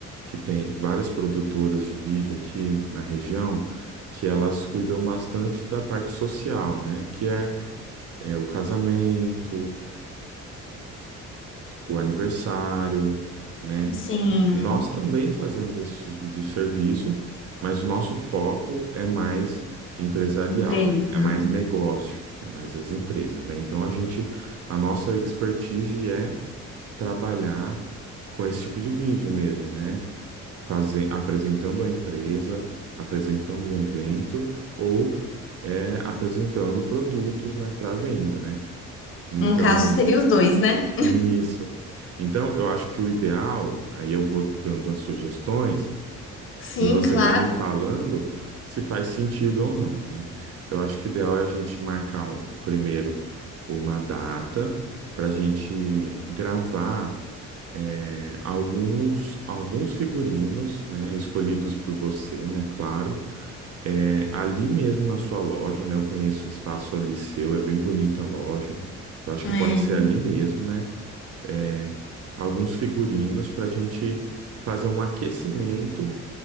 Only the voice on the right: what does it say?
que tem várias produtoras de vídeo aqui na região que elas cuidam bastante da parte social, né? Que é, é, o casamento, o aniversário, né?
Nós também fazemos esse tipo de serviço, mas o nosso foco é mais empresarial,
né? É mais negócio, é mais as empresas, né? Então a gente, a nossa expertise é trabalhar com esse tipo de vídeo mesmo, né? Fazer, apresentando a empresa, apresentando o evento ou é, apresentando produtos, né, para venda, né? Então
isso. Então, eu acho que o ideal, aí eu vou dando as sugestões
e você
vai me falando se faz sentido ou não, né? Eu acho que o ideal é a gente marcar um, primeiro uma data para a gente gravar é, alguns, alguns figurinos, né? Escolhidos por você, né? Claro. É, ali mesmo na sua loja, né? Eu conheço o espaço ali seu, é bem bonita a loja. Eu acho que
pode ser ali mesmo, né? é, alguns figurinos para a gente fazer um aquecimento